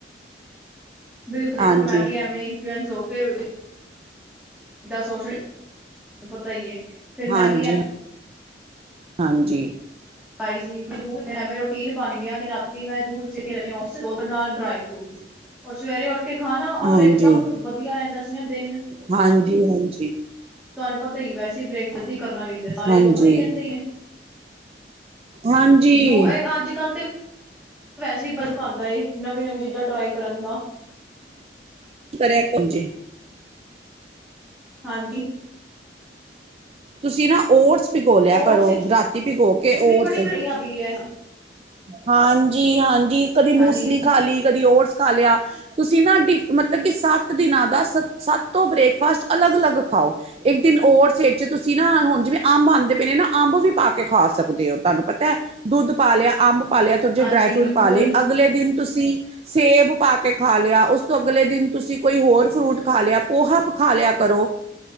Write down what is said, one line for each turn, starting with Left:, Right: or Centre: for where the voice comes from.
Centre: ਬਿਲਕੁਲ ਦੇਖੋ
Right: ਹਾਂਜੀ
Centre: ਮੈਂ ਵੀ ਐਵੇਂ ਇਨਫਲੂਐਂਸ ਹੋ ਕੇ ਸੋਸ਼ਲ ਪਤਾ ਹੀ ਏ ਫਿਰ ਮੈਂ
Right: ਹਾਂਜੀ
Centre: ਵੀ
Right: ਹਾਂਜੀ
Centre: ਪਾਈ ਸੀ ਜਰੂਰ ਐਵੇਂ ਰੋਟੀਨ ਬਣ ਗਿਆ ਰਾਤੀ ਮੈਂ ਜ਼ਰੂਰ ਦੁੱਧ ਨਾਲ ਡਰਾਈ ਫਰੂਟਸ ਰ ਸਵੇਰੇ ਉੱਠ ਕੇ ਖਾਣਾ
Right: ਹਾਂਜੀ,
Centre: ਔਰ ਇਕਦਮ ਵਧੀਆ ਰਹਿੰਦਾ ਸੀ ਨਾ ਦਿਨ
Right: ਹਾਂਜੀ ਹਾਂਜੀ
Centre: ਤੁਹਾਨੂੰ ਪਤਾ ਹੀ ਵੈਸੇ ਹੀ ਬ੍ਰੇਕ ਸਿੱਧ ਹੀ ਕਰਨਾ ਚਾਹੀਦਾ ਸਾਰੇ
Right: ਹਾਂਜੀ,
Centre: ਉਦੋਂ ਵੀ ਕਹਿੰਦੇ ਹੀ ਨੇ
Right: ਹਾਂਜੀ।
Centre: ਜ਼ਰੂਰ ਇਹ ਅੱਜ ਕੱਲ੍ਹ ਤੇ ਵੈਸੇ ਹੀ ਬਣਕ ਆਉਂਦਾ ਨਵੀਂ ਨਵੀਂ ਚੀਜ਼ਾਂ ਟਰਾਈ ਕਰਨ ਦਾ <unintelligible>
Right: ਕੀ ਕਰਿਆ ਕਰ ਜੇ
Centre: ਹਾਂਜੀ
Right: ਤੁਸੀਂ ਨਾ ਓਟਸ ਭਿਗੋ ਲਿਆ
Centre: ਓਟਸ
Right: ਕਰੋ
Centre: ਵਿੱਚ
Right: ਰਾਤੀ ਭਿਗੋ ਕੇ ਓਟਸ
Centre: ਵੀ <inaudible>
Right: ਹਾਂਜੀ, ਹਾਂਜੀ ਕਦੀ ਮੂਸਲੀ
Centre: ਹਾਂਜੀ
Right: ਖਾ ਲੀ ਕਦੀ ਓਟਸ ਖਾ ਲਿਆ ਤੁਸੀਂ ਨਾ ਡਿ ਮਤਲਬ ਕਿ ਸੱਤ ਦਿਨਾਂ ਦਾ ਸ ਸੱਤ ਤੋਂ ਬ੍ਰੇਕਫਾਸਟ ਅਲੱਗ ਅਲੱਗ ਖਾਓ ਇੱਕ ਦਿਨ ਓਟਸ ਚ ਤੁਸੀਂ ਨਾ ਹੁਣ ਜਿਵੇਂ ਅੰਬ ਆਉਂਦੇ ਪਏ ਨੇ ਨਾ ਅੰਬ ਵੀ ਪਾ ਕੇ ਖਾ ਸਕਦੇ ਹੋ ਤੁਹਾਨੂੰ ਪਤਾ ਦੁੱਧ ਪਾ ਲਿਆ ਅੰਬ ਪਾ ਲਿਆ ਦੁਜੇ
Centre: ਹਾਂਜੀ
Right: ਡਰਾਈ ਫਰੂਟ
Centre: ਬਿਲਕੁਲ
Right: ਪਾ ਲੇ ਅਗਲੇ ਦਿਨ ਤੁਸੀਂ ਸੇਬ ਪਾ ਕੇ ਖਾ ਲਿਆ ਉਸ ਤੋਂ ਅਗਲੇ ਦਿਨ ਤੁਸੀਂ ਕੋਈ ਹੋਰ ਫਰੂਟ ਖਾ ਲਿਆ ਪੋਹਾ ਖਾ ਲਿਆ ਕਰੋ